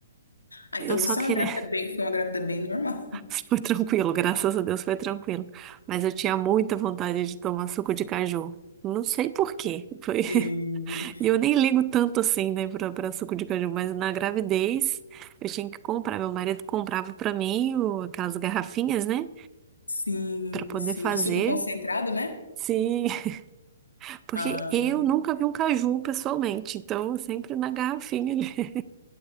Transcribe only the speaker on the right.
Eu
só queria.
<laughs> Foi tranquilo, graças a Deus foi tranquilo. Mas eu tinha muita vontade de tomar suco de caju. Não sei por quê. Foi- <laughs>
E eu nem ligo tanto assim, né, pra, pra suco de caju. Mas na gravidez, eu tinha que comprar. Meu marido comprava pra mim o- aquelas garrafinhas, né,
Pra poder
fazer.
Sim, <laughs> porque
eu nunca vi um caju pessoalmente. Então, sempre na garrafinha ali.